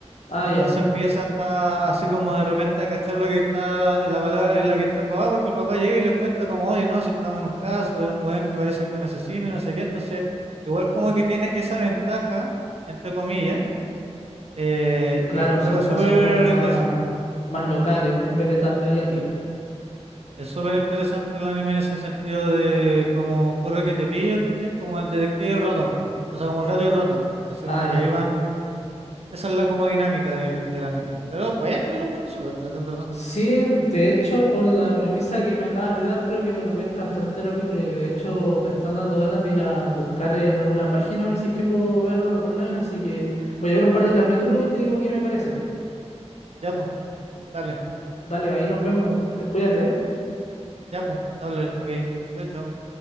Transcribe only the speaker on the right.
entonces
empieza a- así como de repente a cachar lo que está, la palabra en la que está el papá, porque el papá llega y les cuenta como, oye, no, si estamos en un caso de un weón que parece que es un asesino y no sé qué, entonces igual como que tiene esa ventaja, entre comillas, eh,
y-
pero es
súper
interesante.
sí. Es súper interesante el anime en ese sentido de como corre que te pillo, ¿cachai? Como el detective y el ratón, po. O sea, como el gato y el ratón. Así
como que
ahí van, esa es la como dinámica del, del anime. Pero bueno, yo lo encuentro súper entretenido, en verdad.
Ujú.
Ya, pues, dale,
ya, pues, dale, ok. Chao, chao.